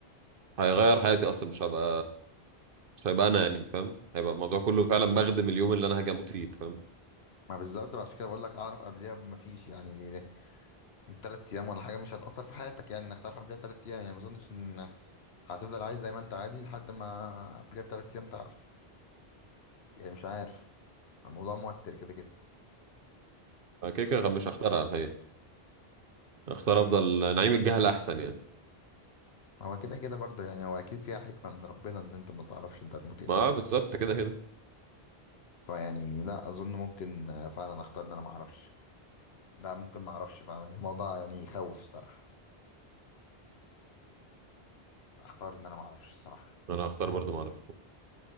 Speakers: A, on the right (about 60°); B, on the left (about 80°).
A: هيغير حياتي اصلا مش هبقى مش هيبقى انا يعني فاهم هيبقى الموضوع كله فعلا بخدم اليوم اللي انا هاجي اموت فيه انت فاهم
B: ما بالظبط بقى، عشان كده بقول لك اعرف قبليها ما فيش يعني من ثلاث ايام ولا حاجه مش هتاثر في حياتك يعني انك تعرف قبليها ثلاث ايام يعني ما اظنش ان هتفضل عايش زي ما انت عادي لحد ما قبليها بثلاث ايام تعرف يعني مش عارف الموضوع موتر كده كده
A: كده كده مش هختار على الحقيقه هختار افضل نعيم الجهل احسن يعني
B: هو كده كده برضه يعني هو اكيد فيها حكمه من ربنا ان انت ما تعرفش انت هتموت امتى
A: ما آه
B: يعني
A: بالظبط كده كده
B: فيعني لا اظن ممكن آه، فعلا اختار ان انا ما اعرفش لا ممكن ما اعرفش فعلا الموضوع يعني يخوف الصراحه اختار ان انا ما اعرفش الصراحه
A: انا هختار برضه ما اعرفش